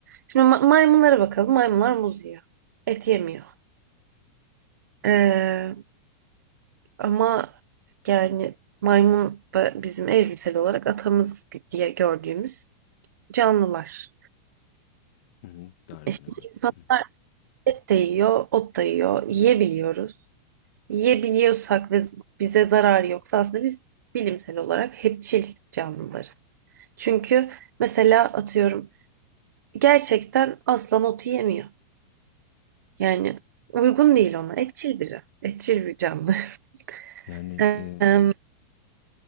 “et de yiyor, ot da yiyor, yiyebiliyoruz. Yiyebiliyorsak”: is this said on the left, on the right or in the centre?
Right